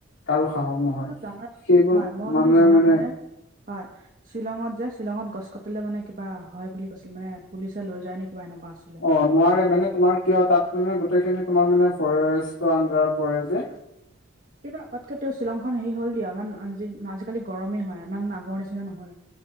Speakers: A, on the left; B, on the right.
A: কাৰো সাহস নহয়।
B: কিন্তু জানাত
A: সেইবোৰ,
B: হয় মই কিন্তু
A: মানুহে
B: জানাত
A: মানে
B: মানে হয়! শ্বিলঙত যে, শ্বিলঙত গছ কাটিলে মানে, কিবা হয় বুলি কৈছিল, মানে, পুলিচে লৈ যায়নে, কিবা এনেকুৱা আছিল।
A: অ'! নোৱাৰে মানে, তোমাৰ কি হয়, তাত মানে, গোটেইখিনি তোমাৰ মানে, ফৰেষ্টৰ আন্দাৰত পৰে যে।
B: <inaudible> কিন্তু, আগতকে তেওঁ, শ্বিলংখন সেৰি হ'ল দিয়া। ইমান, আজি-আজিকালি গৰমেই হয়, ইমান আগৰ নিচিনা নহয়।